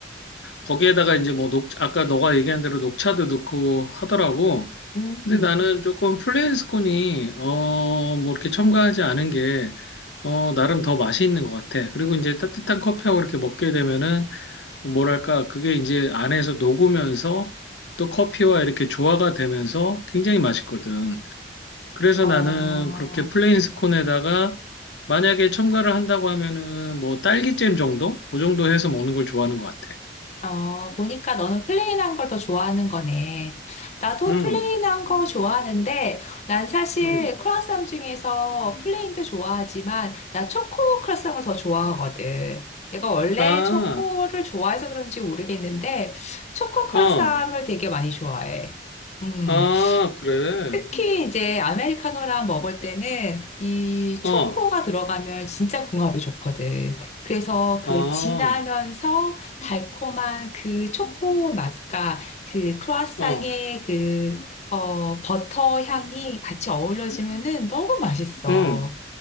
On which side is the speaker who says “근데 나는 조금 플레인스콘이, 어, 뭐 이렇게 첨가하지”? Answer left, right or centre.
Left